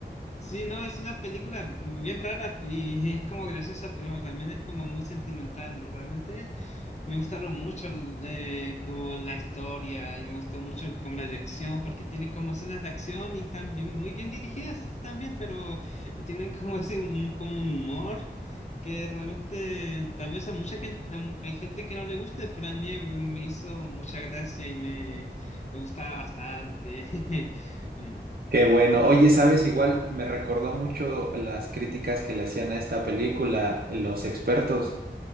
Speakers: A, on the left; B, on the right.
A: sí, no, es una película bien rara y <laughs> es como graciosa, pero también es como muy sentimental y realmente me gustaron mucho eh, como la historia y me gustó mucho como la dirección porque tiene como escenas de acción y están bien- muy bien dirigidas estas también, pero tienen como ese un- como un humor que realmente tal vez a mucha gente, hay gente que no le guste, pero a mí me me hizo mucha gracia y me, me gustaba bastante. <laughs> Mm,
B: Qué bueno.
A: Y,
B: Oye, sabes, igual me recordó mucho las críticas que le hacían a esta película los expertos,